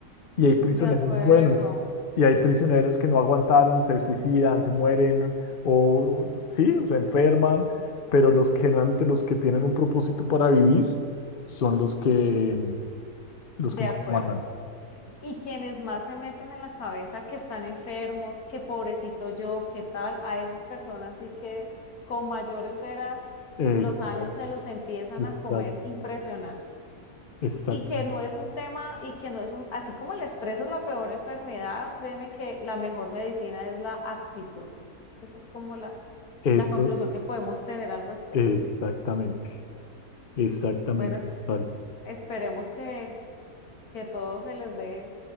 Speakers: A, on the left (about 45°); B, on the left (about 70°).
A: y hay prisioneros
B: de acuerdo,
A: buenos, y hay prisioneros que no aguantaron, se suicidan, se mueren, o o- sí, o se enferman, pero los que generalmente los que tienen un propósito para vivir son los que los
B: de
A: que más
B: acuerdo.
A: aguantan.
B: Y quienes más se meten en la cabeza que están enfermos, que pobrecito yo, qué tal, a esas personas sí que con mayores veras
A: Exacto,
B: los años se los empiezan
A: exacto,
B: a comer impresionante.
A: exacto.
B: Y que no es un tema, y que no es un, así como el estrés es la peor enfermedad, créeme que la mejor medicina es la actitud. Esa es como la,
A: Eso,
B: la conclusión que podemos tener al respecto.
A: exactamente, exactamente.
B: Bueno, es-
A: total.
B: esperemos que, que todo se les dé